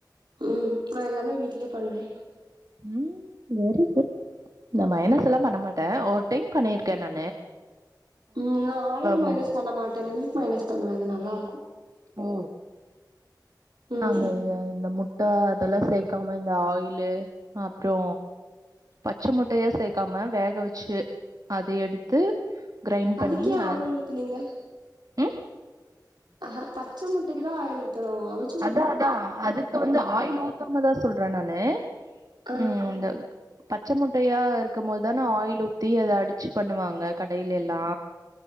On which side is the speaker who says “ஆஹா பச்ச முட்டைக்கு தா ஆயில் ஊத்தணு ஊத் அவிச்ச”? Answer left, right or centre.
Right